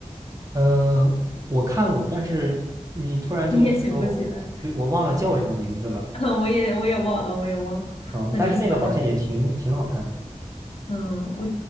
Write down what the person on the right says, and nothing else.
嗯、我看过，但是你突然这么一说，
我对我忘了叫什么名字了。
嗯，
但是那个好像也挺挺好看的，